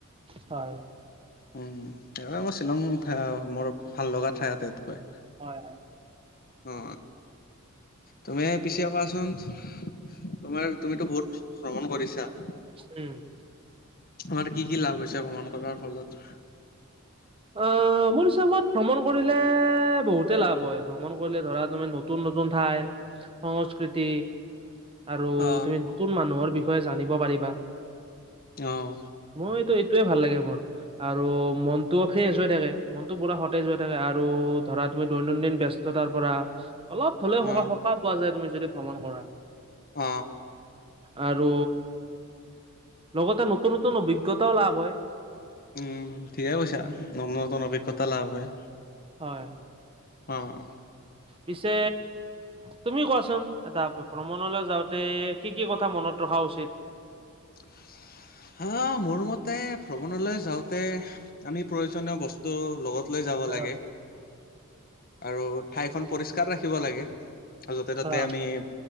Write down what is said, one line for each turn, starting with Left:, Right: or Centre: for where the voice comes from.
Right: হয়।
Left: উম সেইবাবে মই শ্বিলং মোৰ ভাল লগা ঠাই আটাইতকৈ।
Right: হয়, হয়।
Left: অ তুমি পিছে কোৱাচোন তোমাৰ তুমিতো বহুত ভ্ৰমণ কৰিছা
Right: উম!
Left: তোমাৰ কি কি লাভ হৈছে ভ্ৰমণ কৰাৰ ফলত?
Right: আঃ মোৰ হিচাপত ভ্ৰমণ কৰিলে এ বহুতে লাভ হয়, ভ্ৰমণ কৰিলে ধৰা তুমি নতুন নতুন ঠাইত সংস্কৃতি আৰু
Left: অ',
Right: তুমি নতুন মানুহৰ বিষয়ে জানিব পাৰিবা।
Left: অহ।
Right: মইতো এইটোয়ে ভাল লাগে মোৰ আৰু মন তটো ফ্ৰেছ হৈ থাকে মনতটো পুৰা সতেজ হৈ থাকে আৰু ধৰা তুমি দৈনন্দিন ব্যস্ততাৰ পৰা অলপ হলেও সকাহ
Left: অ'।
Right: পোৱা যায় তুমি যদি ভ্ৰমণ কৰা
Left: অ।
Right: আৰু লগতে নতুন-নতুন অভিজ্ঞতাও লাভ হয়।
Left: উম, ঠিকে কৈছা ন নতুন অভিজ্ঞতা লাভ হয়।
Right: হয়।
Left: অঁ
Right: পিছে তুমি কোৱাচোন এটা ভ্ৰমণলৈ যাওঁতে কি কি কথা মনত ৰখা উচিত?
Left: <unintelligible> হাঁ মোৰ মতে ভ্ৰমণলৈ যাওঁতে আমি প্ৰয়োজনীয় বস্তু লগত লৈ যাব
Right: অ'
Left: লাগে আৰু ঠাইখন পৰিষ্কাৰ ৰাখিব লাগে। য'তে ত'তে
Right: অ',
Left: আমি-